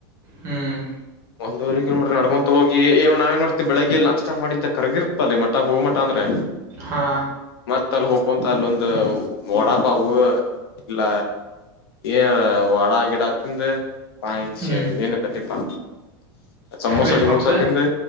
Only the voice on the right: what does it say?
ಹ್ಮ್
ಹಾ
ಹ್ಮ್
ವಿಚ್
ಬಾಕ್ಸ್